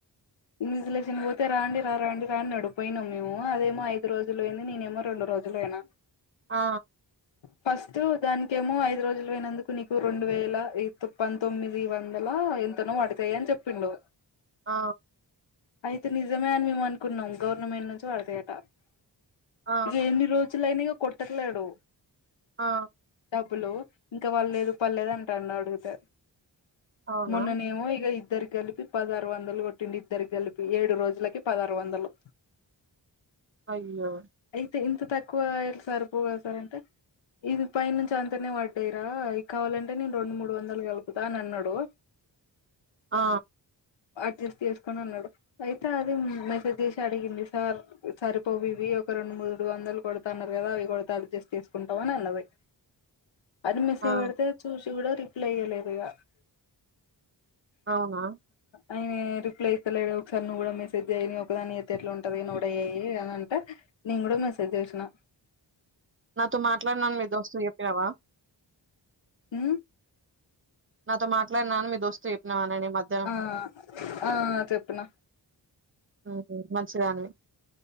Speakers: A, on the left; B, on the right.
A: ఇన్విజిలేషన్ కి పోతే రాండి రా రాండి రా అన్నడు పోయినం మేమూ అదేమో ఐదు రోజులు పోయింది నేనేమో రెండు రోజులు పోయినా.
B: ఆ
A: ఫస్టు దానికేమో ఐదు రోజులు పోయినందుకు నీకు రెండు వేలా ఈతు పంతొమ్మిది వందలా ఎంతనో పడతయి అని చెప్పిండు.
B: ఆ
A: అయితే నిజమే అని మేము అనుకున్నం గవర్నమెంట్ నుంచి పడతయటా.
B: ఆ
A: ఎన్ని రోజులయినా ఇగ కుడతటలేడు
B: ఆ
A: డబ్బులు ఇంకా వడలేదు పడలేదు అంటాన్నాడు అడుగితే
B: అవునా
A: మొన్ననేమో ఇగ ఇద్దరికి కలిపి పదహారు వందలు గో ట్టిండు ఇద్దరికి గలిపి ఏడు రోజులకి పదారు వందలు
B: అయ్యో
A: అయితే ఇంత తక్కువ ఎట్ల సరిపోవుగద సార్ అంటే ఇది పై నుంచి అంతనే పడ్డయిరా ఈ కావాలంటే నేను రెండు మూడు వందలు కలుపుతా అని అన్నాడు
B: ఆ
A: అడ్జస్ట్ చేసుకోండి అని అన్నాడు అయితే అది మెసేజ్ చేసి అడిగింది సార్ సరిపోవు ఇవి ఒక రెండు మూడు వందలు కొడతా అన్నారు కదా అవి కొడతా అడ్జస్ట్ చేసుకుంటాం అని అన్నది అది మెసేజ్
B: ఆ
A: పెడితే చూసి కూడా రిప్లై ఇయ్యలేదు ఇగ
B: అవునా
A: అయినేరు ప్లేత్తలేడు ఒకసారి నువ్వు కూడా మెసేజ్ చెయ్ నే ఒక్క దాన్ని చేత్తే ఎట్లాంటది నువ్వు గూడా చెయ్యి అని అంటే నేను గూడా మెసేజ్ జేసినా
B: నాతో మాట్లాడినను మీ దోస్తుకు చెప్పినావా
A: ఊ
B: నాతో మాట్లాడినావని మీ దోస్తు తో చెప్పినావానని ఈ మద్
A: ఆ ఆ చెప్పినా
B: ఊహూ మంచిదానివి